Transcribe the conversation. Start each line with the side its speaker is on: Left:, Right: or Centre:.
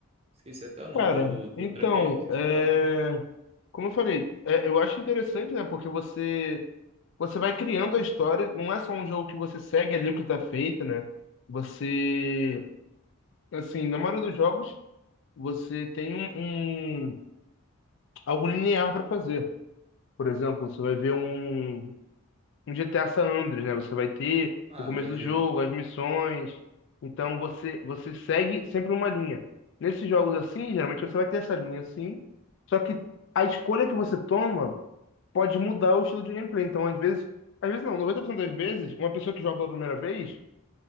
Right: esqueci até o nome
Left: Cara,
Right: do, do, do
Left: então,
Right: trequinho, esqueci
Left: é,
Right: até o nome,
Left: como eu falei, é, eu acho interessante, né? Porque você você vai criando a história, não é só um jogo que você segue ali o que tá feito, né? Você, assim, na maioria dos jogos, você tem um, um- algo linear para fazer. Por exemplo, você vai ver um. no GTA San Andreas, né? Você vai ter
Right: ah,
Left: o começo
Right: a linha
Left: do
Right: de,
Left: jogo, as missões. Então você você segue sempre uma linha. Nesses jogos assim, geralmente você vai ter essa linha assim. Só que a escolha que você toma pode mudar o estilo de gameplay. Então, às vezes, às vezes não, 90% das vezes, uma pessoa que joga pela primeira vez